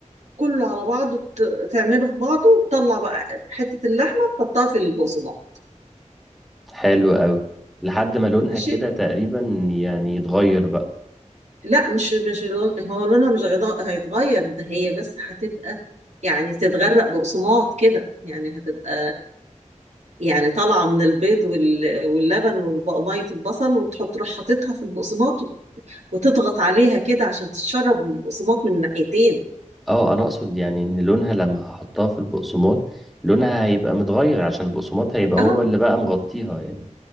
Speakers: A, on the right (about 65°); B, in the centre.
A: كله على بعضه ت- تعمله في بعضه وتطلع بقى حتة اللحمة تحطها في البقسماط
B: حلو أوي لحد ما لونها
A: ماشي
B: كده تقريبا يعني يتغير بقى
A: لا مش مش لون- هو لونها مش هيض- هيتغير ده هي بس هتبقى يعني تتغرق بقسماط كده يعني هتبقى يعني طالعه من البيض وال- واللبن وميه البصل وتحط تروح حاططها في البقسماط وتضغط عليها كده عشان تتشرب من البقسماط من الناحيتين
B: اه انا اقصد يعني ان لونها لما هحطها في البقسماط لونها هيبقى متغير عشان البقسماط هيبقى
A: اه
B: هو اللي بقى مغطيها يعني